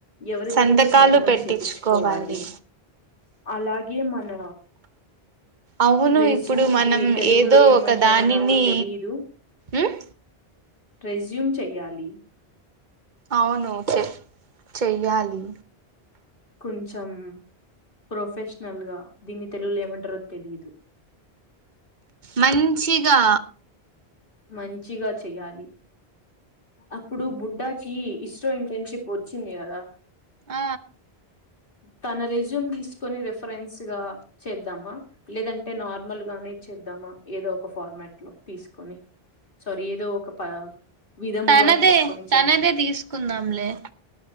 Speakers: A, on the left; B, on the right.
A: ఎవరి
B: సంతకాలు
A: దగ్గర సంతకం
B: పెట్టించుకోవాలి
A: చేపించుకోవాలి అలాగే మన
B: అవును
A: రెజ్యూమ్
B: ఇప్పుడు మనం
A: దీని తెలుగులో
B: ఏదో
A: ఏమంటారో
B: ఒక దానిని
A: నాకు తెలీదు
B: ఉమ్
A: రెజ్యూమ్ చెయాలి
B: అవును చె చెయ్యాలి
A: కొంచెం ప్రొఫెషనల్ గా దీన్ని తెలుగులు ఏమంటారో తెలిదు
B: మంచిగా
A: మంచిగా చెయ్యాలి అప్పుడు బుడ్డాకి ఇస్రో ఇంటర్న్షిప్ వచ్చింది కదా
B: ఆ
A: తన రెజ్యూమ్ తీసుకొని రిఫరెన్స్ గా చేద్దామా లేదంటే నార్మల్ గానే చేద్దామా ఏదో ఒక ఫార్మాట్ లో తీసుకొని సారీ ఏదో ఒక ప విధముగా
B: తనదే
A: తీసుకొని చేద్దాం
B: తనదే తీసుకుందాంలే